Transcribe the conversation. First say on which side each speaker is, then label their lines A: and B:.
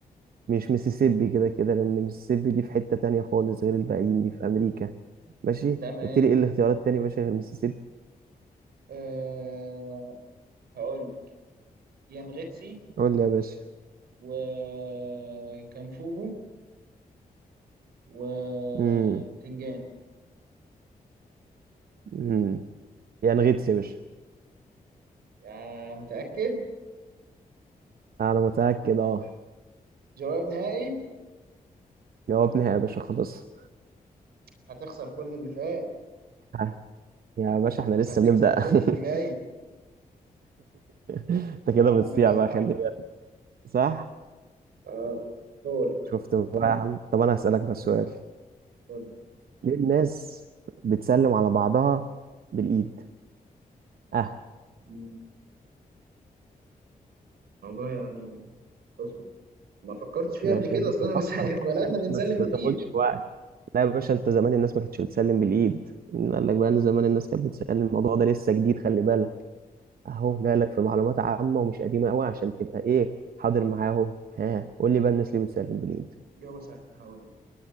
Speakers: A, on the right; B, on the right.
A: مش ميسيسيبي كده كده لان ميسيسيبي دي في حته تانية خالص غير الباقيين دي في امريكا ماشي
B: تمام
A: قلت لي ايه الاختيارات التانية يا باشا غير ميسيسيبي
B: أه... هقول لك يانغتسي
A: قول لي يا باشا
B: وكانفوجو وتنجان
A: امم امم يعني غيتس يا باشا
B: يا متأكد
A: انا متاكد اه
B: جواب نهائي
A: جاوبني يا باشا خلاص
B: هتخسر كل اللي فات
A: ها، يا باشا احنا لسه
B: هتكسب
A: بنبدأ
B: كل اللي جاي
A: <laughs> انت كده
B: يا عم
A: بتصيع
B: ماشي
A: بقى
B: صح
A: خلي بالك صح
B: اه هو ده
A: شفت بقى يا عم طب انا هسألك بس سؤال
B: هو ده
A: ليه الناس بتسلم على بعضها بالإيد اه
B: مم. والله يعني اصبر ما فكرتش فيها
A: ماشي
B: قبل كده
A: يا باشا
B: اصل انا
A: فكر
B: بس <laughs> اتولدنا
A: فكر يا باشا
B: بنسلم
A: بس ما
B: بالايد
A: تاخدش وقت لا يا باشا انت زمان الناس ما كانتش بتسلم بالإيد مين قال لك بقى ان زمان الناس كانت بتسلم الموضوع ده لسه جديد خلي بالك اهو جايلك في معلومات عامة ومش قديمة قوي عشان تبقى ايه حاضر معاه اهو ها قول لي بقى الناس ليه بتسلم بالإيد
B: جواب سهل هقول